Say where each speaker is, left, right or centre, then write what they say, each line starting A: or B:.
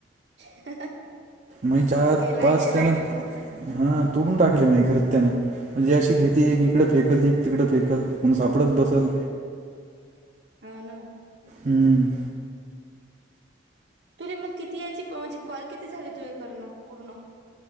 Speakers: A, on the right; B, on the right.
A: <inaudible>
B: मई चार
A: हे लाईनी
B: पाचतेनांत
A: भाऊ असेच असतात
B: <unintelligible> हा तोडून टाकले माहि, खरं त्यान म्हणजे अशी घेते
A: हम्म
B: एक फेकल जे तिकडं फेकल मगून सापडत बसल.
A: हो ना.
B: हम्म
A: तरी मग किती यायचीत म्हणजे कॉल किती झाली तुझे करून पूर्ण